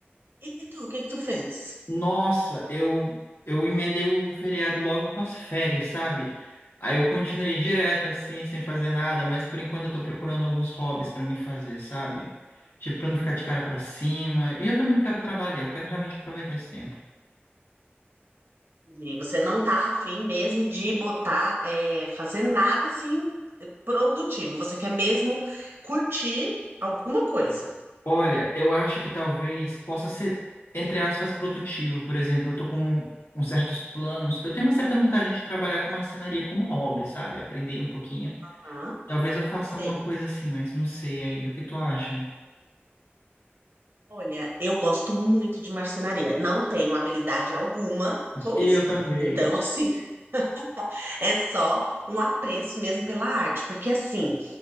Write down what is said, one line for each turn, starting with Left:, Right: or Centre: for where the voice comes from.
Right: E tu, o que que tu fez?
Left: Nossa, eu eu emendei o feriado logo com as férias, sabe? Aí eu continuei direto assim, sem fazer nada, mas por enquanto eu tô procurando alguns hobbies pra me fazer, sabe? Tipo, pra não ficar de cara pra cima. E eu também não quero trabalhar, eu quero realmente aproveitar esse tempo.
Right: E você não tá afim mesmo de botar, é, fazer nada assim produtivo, você quer mesmo curtir alguma coisa.
Left: Olha, eu acho que talvez possa ser, entre aspas, produtivo. Por exemplo, eu tô com uns certos planos. Eu tenho uma certa vontade de trabalhar com marcenaria como hobby, sabe? Aprender um pouquinho.
Right: Ah,
Left: Talvez eu faça
Right: sei.
Left: alguma coisa assim, mas não sei ainda. O que tu acha?
Right: Olha, eu gosto muito de marcenaria. Não tenho habilidade alguma com
Left: Eu
Right: isso,
Left: também.
Right: tá? Então, assim, <laughs> é só um apreço mesmo pela arte, porque assim,